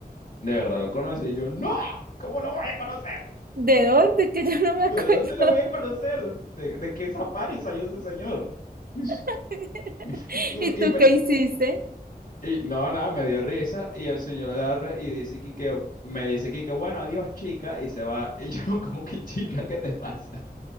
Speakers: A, on the left; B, on the right.
A: ¿de verdad lo conoces? Y yo, ¡No! ¿Cómo lo voy a conocer?
B: ¿De dónde? Que yo no me acuerdo.
A: ¿De dónde lo voy a conocer? ¿De, de qué safari salió ese señor? <laughs>
B: <laughs>
A: Y me,
B: ¿Y
A: y
B: tú
A: me-
B: qué hiciste?
A: y no, nada, me dio risa y el señor agarra y dice que, que- me dice que, que bueno, adiós chica y se va. Y yo <laughs> como que chica, ¿qué te pasa?